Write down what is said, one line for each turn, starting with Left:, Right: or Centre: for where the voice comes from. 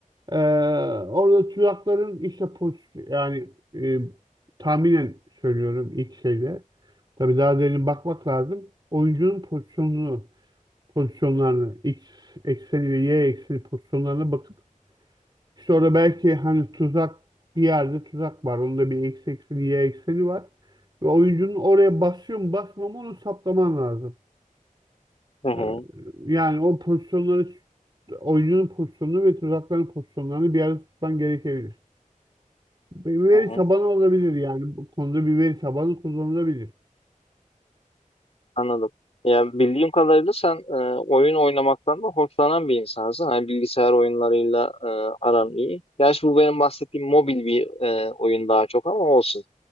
Right: eee, orada tuzakların işte pos yani e, tahminen söylüyorum ilk şeyde. Tabii daha derin bakmak lazım. Oyuncunun pozisyonunu, pozisyonlarını, X ekseni ve Y ekseni pozisyonlarına bakıp işte orada belki hani tuzak bir yerde tuzak var. Onda bir X ekseni, Y ekseni var. Ve oyuncunun oraya basıyor mu basmıyor mu onu saptaman lazım.
Left: hı hı,
Right: Ee, yani o pozisyonları oyuncunun pozisyonunu ve tuzakların pozisyonlarını bir arada tutman gerekebilir. Bir veri
Left: hı hı.
Right: tabanı olabilir yani. Bu konuda bir veri tabanı kullanılabilir.
Left: Anladım. Ya bildiğim kadarıyla sen e, oyun oynamaktan da hoşlanan bir insansın. Hani bilgisayar oyunlarıyla e, aran iyi. Gerçi bu benim bahsettiğim mobil bir e, oyun daha çok ama olsun.